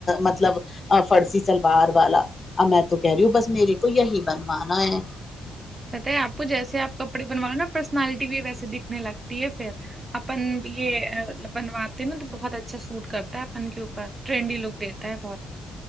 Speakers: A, on the left; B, on the right.
A: مطلب فرسی سلوار والا اب میں تو کہہ رہی ہوں بس میرے کو یہی بنوانا ہے
B: بتائی آپ کو جیسےاپ کپڑے بنواؤ نا پرسنالٹی بھی وسے دکھ نے لگتی ہے پھر اپن یہ بنواتے نا تو بہت اچھا سوٹ کرتا ہے اپن کے اوپر ٹرینڈی لک دیتا ہے بہت